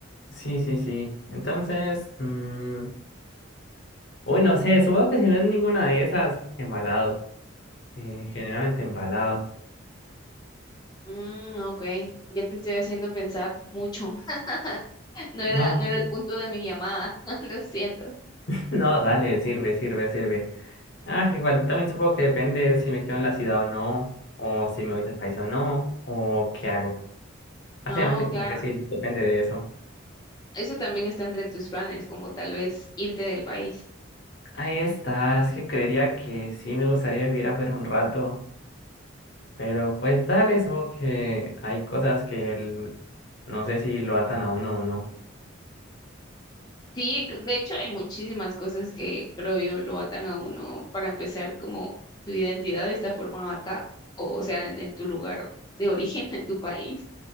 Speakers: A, on the left (about 60°); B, on the left (about 20°).
A: Sí, sí, sí. Entonces, mm, Uy, no sé, supongo que si no es ninguna de esas, embalado. Eh, generalmente embalado.
B: Mm, ok, ya te estoy haciendo pensar mucho. <laughs> No
A: No,
B: era, no era el punto de mi llamada, <laughs> lo siento.
A: <laughs> no, dale, sirve, sirve, sirve. Ah, igual también supongo que depende si me quedo en la ciudad o no, o si me voy del país o no, o qué hago. Básicamente
B: No,
A: como
B: claro.
A: que sí, depende de eso.
B: Eso también está entre tus planes, como tal vez irte del país.
A: Ahí está, es que creería que sí me gustaría vivir afuera un rato, pero pues dale, supongo que hay cosas que el- no sé si lo atan a uno o no.
B: Sí, c- de hecho hay muchísimas cosas que creo yo lo atan a uno. Para empezar, como tu identidad está formada acá, o, o sea, en, en tu lugar de origen, <laughs> en tu país,